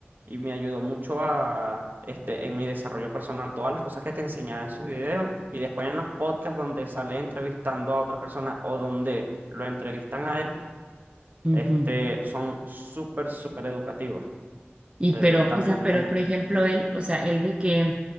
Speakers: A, on the right; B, on the right.
A: y me ayudó mucho a este en mi desarrollo personal, todas las cosas que te enseñaba en sus videos y después en los podcasts donde sale entrevistando a otra persona o donde lo entrevistan a él,
B: Ujú.
A: este son súper súper educativos.
B: Y
A: Él
B: pero,
A: también
B: o sea, pero por ejemplo, él, o sea, él de que,